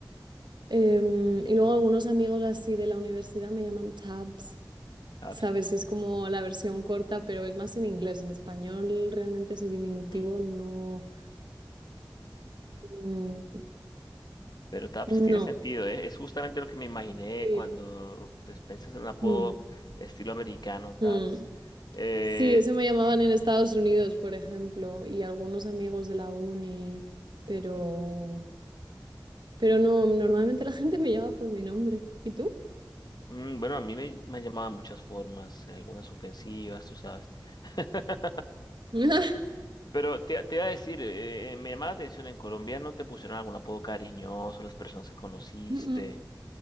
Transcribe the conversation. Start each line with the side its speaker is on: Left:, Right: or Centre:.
Right: em, y luego algunos amigos así de la universidad me llaman tabs,
Left: Taps.
Right: ¿sabes?
Left: es-
Right: Es como la versión corta, pero es más en inglés. En español realmente ese diminutivo
Left: mm,
Right: no... mm,
Left: Pero Taps
Right: no.
Left: tiene sentido, ¿eh? Es justamente lo que me imaginé
Right: Sí.
Left: cuando pues, piensas en un apodo
Right: Mm,
Left: estilo americano, Taps.
Right: mm.
Left: Eh,
Right: Sí, eso me llamaban en Estados Unidos, por ejemplo, y algunos amigos de la uni, pero...
Left: y-
Right: Pero no, normalmente la gente me llama por mi nombre. ¿Y tú?
Left: mm, bueno, a mí me, me han llamado de muchas formas, algunas ofensivas, tú sabes. <laughs>
Right: <laughs>
Left: Pero te, te iba a decir, eh, eh, me llamaba la atención, en Colombia no te pusieron algún apodo cariñoso las personas que conociste,
Right: Mm, mm.